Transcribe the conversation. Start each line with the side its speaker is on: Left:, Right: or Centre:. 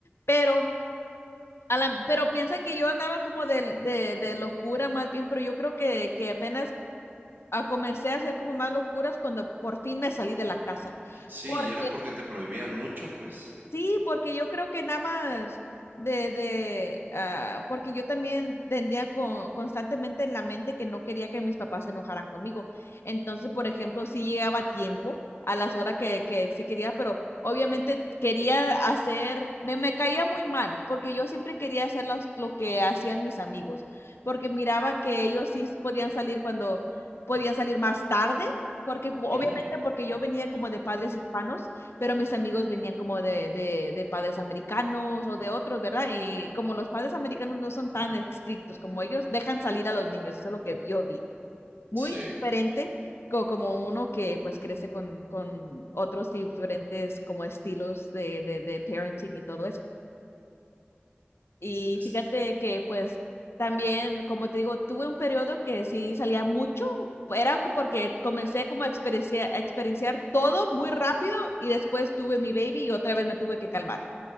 Left: pero... a la- pero piensan que yo andaba como de, de, de locura más bien, pero yo creo que, que apenas a comencé a hacer como más locuras cuando por fin me salí de la casa.
Right: Sí,
Left: Porque
Right: y era porque te prohibían mucho, pues.
Left: Sí, porque yo creo que nada más de, de, ah, porque yo también tendría con- constantemente en la mente que no quería que mis papás se enojaran conmigo. Entonces, por ejemplo, sí llegaba a tiempo, a las horas que, que sí quería, pero obviamente quería hacer, me, me caía muy mal, porque yo siempre quería hacer los- lo que hacían mis amigos, porque miraba que ellos sí podían salir cuando podían salir más tarde, porque obviamente
Right: Ujú,
Left: porque yo venía como de padres hispanos pero mis amigos venían como de, de, de padres americanos o de otros, ¿verdad? Y como los padres americanos no son tan estrictos como ellos, dejan salir a los niños, eso es lo que yo vi. Muy
Right: Sí.
Left: diferente co- como uno que pues crece con, con otros diferentes como estilos de, de, de parenting y todo eso. Y
Right: Es-
Left: fíjate que pues también, como te digo, tuve un periodo que sí salía mucho, era co- porque comencé como a experiencia- a experienciar todo muy rápido y después tuve mi baby y otra vez me tuve que calmar.